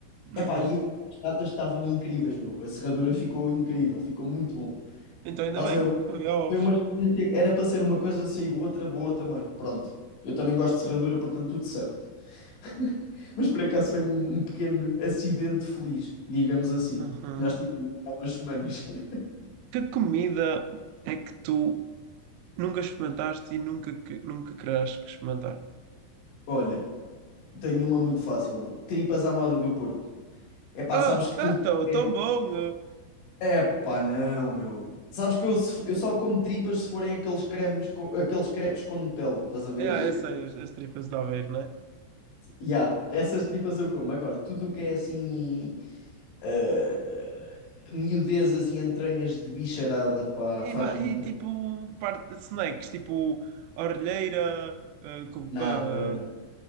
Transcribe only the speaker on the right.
uhum.
Então ainda
bem,
havia ovos.
Uhum.
Que comida é que tu nunca experimentaste e nunca, que- nunca querás experimentar?
Ah,
ah, tão,
tão bom! eh.
É, eu sei, as, as tripas de Aveiro, né?
E,
ma-
e tipo, parte, snacks, tipo, a orelheira, ah, co-
ah,